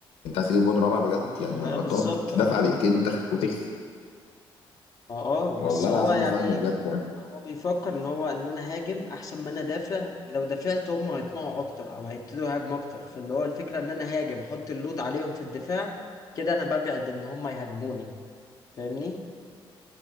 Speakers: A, on the left; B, on the left.
A: انت عايز تجيب جون رابع بجد يعني
B: ما
A: ما ما
B: بالظبط
A: تقعد تدافع
B: اه
A: دقيقتين وتخ- وتكسب
B: ما اه
A: والله
B: بس هو
A: العظيم
B: يعني
A: ما فاهمه بجد
B: هو بيفكر ان هو ان انا هاجم احسن ما انا دافع لو دافعت هم هيطمعوا اكتر او هيبتدوا يهاجموا اكتر فاللي هو الفكره ان انا هاجم احط اللود عليهم في الدفاع كده انا ببعد ان هم يهاجموني فاهمني